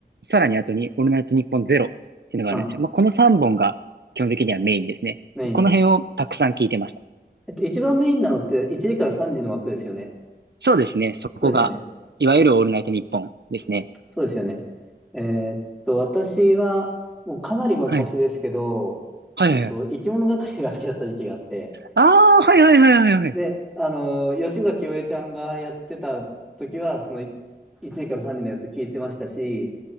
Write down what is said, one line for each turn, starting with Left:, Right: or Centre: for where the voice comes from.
Right: さらに後にオールナイトニッポンゼロっていうのがあるんですよ。
Centre: うん。
Right: まあ、この3本が基本的にはメインですね。
Centre: メインで。
Right: この辺をたくさん聞いてました。
Centre: えっと、一番メインなのって1時から3時の枠ですよね。
Right: そうですね。そこが、
Centre: そうですよね。
Right: いわゆるオールナイトニッポンですね。
Centre: そうですよね。えーっと、私は、もうかなり昔ですけど、
Right: はい。はいはいはい。
Centre: えっと、生き物係が好きだった時期があって、
Right: ああ、はいはいはいはいはい。
Centre: で、あのー、吉岡清江ちゃんがやってた時は、その1時から3時のやつ聞いてましたし、